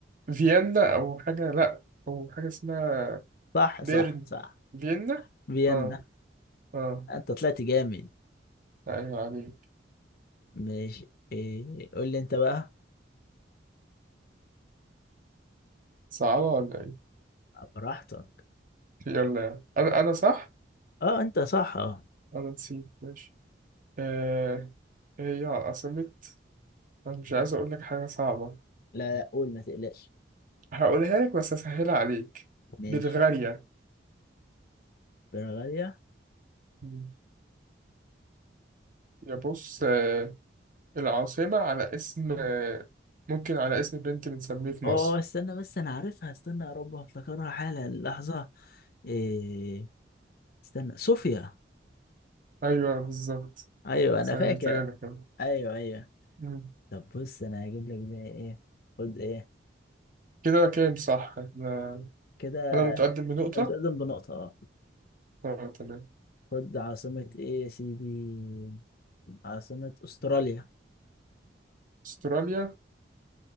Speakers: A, on the right; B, on the left.
A: فيينا او حاجة لا او حاجة اسمها
B: صح
A: بيرن
B: صح صح
A: فيينا
B: فيينا
A: اه اه
B: انت طلعت جامد
A: ايوه عليك
B: ماشي إيه قول لي انت بقى
A: صعبة ولا ايه
B: براحتك
A: يلا يا عم. انا انا صح
B: اه انت صح اه
A: انا نسيت ماشي آه هي عاصمة انا مش عايز اقول لك حاجة صعبة
B: لا لا قول ما تقلقش
A: هقولها لك بس اسهلها عليك
B: ماشي
A: بلغاريا
B: برغاليا
A: مم. يا بص آه العاصمة على اسم آه ممكن على اسم بنت بنسميه في
B: اه
A: مصر
B: اه استنى بس انا عارفها استنى يا رب افتكرها حالا لحظة إيه استنى صوفيا
A: ايوه بالظبط
B: ايوه
A: سهلتها
B: انا فاكر
A: لك أنا.
B: ايوه ايوه
A: مم.
B: طب بص انا هجيب لك بقى ايه خد ايه
A: كده كام صح انا
B: كده
A: أنا متقدم بنقطة
B: انت متقدم بنقطة اه
A: اه تمام
B: خد عاصمة ايه يا سيدي عاصمة استراليا
A: استراليا